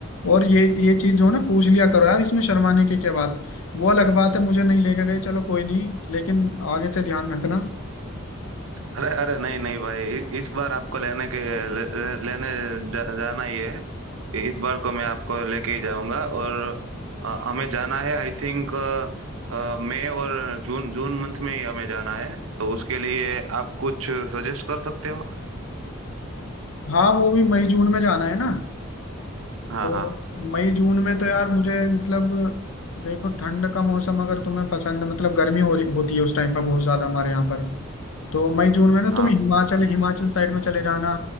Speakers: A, on the left (about 80°); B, on the right (about 80°).
A: और ये ये चीज जो है ना पूछ लिया करो यार इसमें शर्माने की क्या बात वो अलग बात है मुझे नहीं लेके गए चलो कोई नहीं लेकिन आगे से ध्यान रखना
B: अरे अरे नहीं नहीं भाई इ- इस बार आपको लेने के ले, ले- लेने जा, जाना ही है इ- इस बार को मैं आपको लेके ही जाऊंगा और अ, हमें जाना है आई थिंक मई और जून जून मंथ में ही हमें जाना है तो उसके लिए आप कुछ सजेस्ट कर सकते हो
A: हाँ वो भी मई जून में जाना है ना
B: हाँ
A: तो
B: हाँ
A: मई जून में तो यार मुझे मतलब देखो ठंड का मौसम अगर तुम्हें पसंद है मतलब गर्मी हो रही होती है उस टाइम पर बहुत ज्यादा हमारे यहाँ पर तो मई जून में ना
B: हाँ
A: तुम हिमाचल हिमाचल साइड में चले जाना